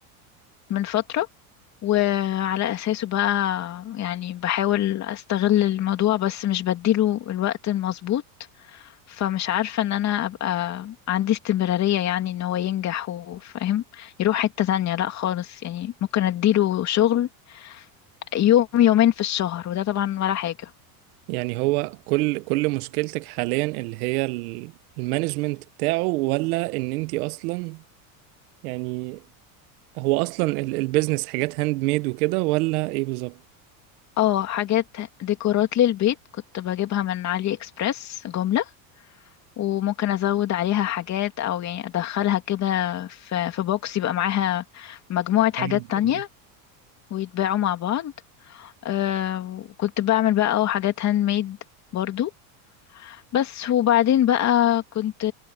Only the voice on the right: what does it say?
يعني هو كل كل مشكلتك حاليا اللي هي ال- المانجمنت بتاعه ولا ان انت اصلا يعني هو اصلا ال- البيزنس حاجات هاند ميد وكده ولا ايه بالظبط
مم.